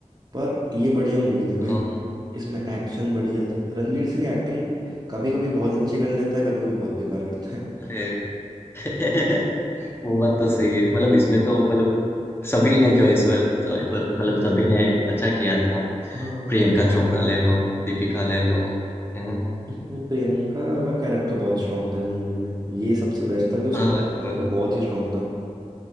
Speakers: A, on the right; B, on the left.
A: पर ये बढ़िया मूवी थी भाई
B: हाँ हाँ।
A: इसमें एक्शन बढ़िया था रणवीर सिंह एक्टिंग कभी कभी बहुत अच्छी कर लेता है कभी कभी बहुत बेकार करता है
B: अरे <laughs> वो बात तो सही है मतलब इसमें तो मतलब सभी ने जो इस वे- जो- मतलब
A: हम्म,
B: सभी ने अच्छा किया था
A: हाँ
B: प्रियंका चोपड़ा ले लो दीपिका ले लो है ना
A: नहीं, प्रियंका का कैरेक्टर बहुत स्ट्रांग था इस मूवी में ये सबसे बेस्ट था कि उसका
B: हाँ
A: जो कैरेक्टर
B: जबरदस्त
A: बहुत ही स्ट्रांग था